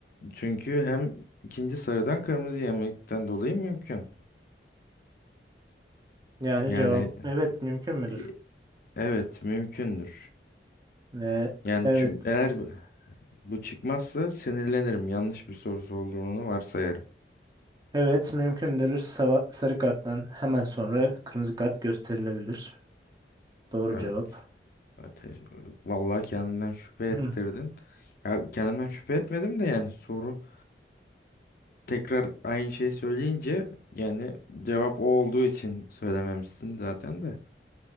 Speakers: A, on the left; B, on the right.
A: Çünkü hem ikinci sarıdan kırmızı yemekten dolayı mümkün.
B: Yani
A: Yani
B: cevap evet mümkün müdür?
A: e, evet mümkündür.
B: Ve
A: Yani
B: evet,
A: çünkü eğer Bu çıkmazsa sinirlenirim. Yanlış bir sorusu olduğunu varsayarım.
B: evet mümkündür. Sava- sarı karttan hemen sonra kırmızı kart gösterilebilir. Doğru
A: Evet.
B: cevap.
A: Ateş. Vallahi kendimden şüphe
B: <clears throat>
A: ettirdin. Ya kendimden şüphe etmedim de yani soru tekrar aynı şeyi söyleyince yani cevap o olduğu için söylememişsin zaten de.